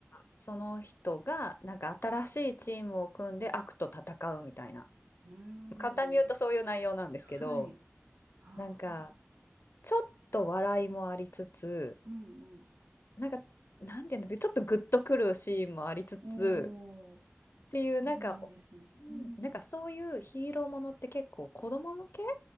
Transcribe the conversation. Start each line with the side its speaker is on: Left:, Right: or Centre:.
Left: その人が、なんか新しいチームを組んで悪と戦うみたいな。
Right: うーん。
Left: 簡単に言うとそういう内容なんですけど、
Right: はい。ああ。
Left: なんか、ちょっと笑いもありつつ、
Right: うんうん。
Left: なんか、なんていうんですか、ちょっとグッとくるシーンもありつつ、
Right: おお、
Left: っていう、
Right: そうなんですね。
Left: なんか、うんなんかそういうヒーローものって結構子供向け
Right: うん。